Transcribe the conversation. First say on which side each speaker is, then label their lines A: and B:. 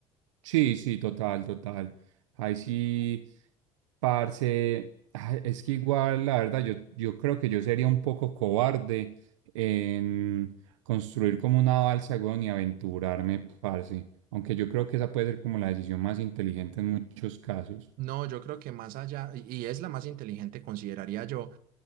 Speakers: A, on the right (about 85°); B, on the right (about 65°).
A: Sí, sí, total, total. Ahí sí, parce, ah, es que igual, la verdad, yo, yo creo que yo sería un poco cobarde en construir como una balsa, weón, y aventurarme, parce. Aunque yo creo que esa puede ser como la decisión más inteligente en muchos casos.
B: No, yo creo que más allá, y y es la más inteligente, consideraría yo,